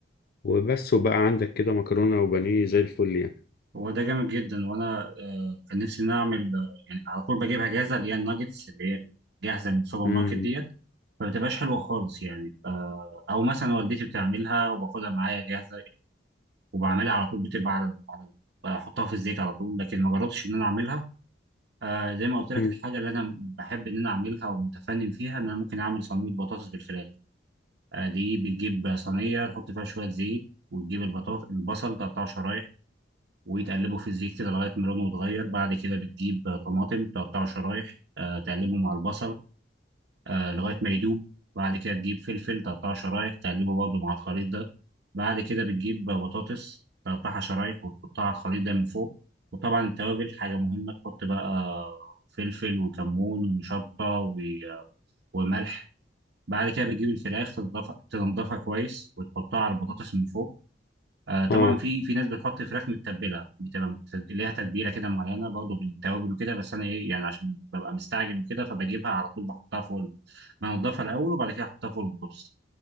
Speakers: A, on the left (about 55°); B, on the right (about 65°).
A: وبس وبقى عندك كده مكرونة وبانيه زي الفل يعني
B: هو ده جامد جدا وانا آه، كان نفسي ان انا اعمل آه، يعني على طول بجيبها جاهزه اللي هي الناجتس اللي هي جاهزه من السوبر
A: مم.
B: ماركت ديت فما بتبقاش حلوه خالص يعني آه، او مثلا والدتي بتعملها وباخدها معايا جاهزه وبعملها على طول بتبقى على على بحطها في الزيت على طول لكن ما جربتش ان انا اعملها آه زي ما قلت لك
A: مم.
B: الحاجه اللي انا بحب ان انا اعملها ومتفنن فيها ان انا ممكن اعمل صينيه بطاطس بالفراخ آه دي بتجيب صينيه تحط فيها شويه زيت وتجيب البطاطس البصل تقطعه شرايح وتقلبه في الزيت كده لغايه ما لونه يتغير بعد كده بتجيب آه، طماطم تقطعه شرايح آه تقلبه مع البصل آه لغايه ما يدوب بعد كده تجيب فلفل تقطعه شرايح تقلبه برضه مع الخليط ده بعد كده بتجيب بطاطس تقطعها شرايح وتحطها على الخليط ده من فوق وطبعا التوابل حاجه مهمه تحط بقى فلفل وكمون وشطه و- وملح بعد كده بتجيب الفراخ تنضف- تنضفها كويس وتحطها على البطاطس من فوق آه طبعا
A: اه
B: في في ناس بتحط فراخ متبله بتبقى مت- ليها تتبيله كده معينه برضه بالتوابل وكده بس انا ايه يعني عشان ببقى مستعجل وكده فبجيبها على طول بحطها فوق ال- بنضفها الاول وبعد كده احطها فوق البطاطس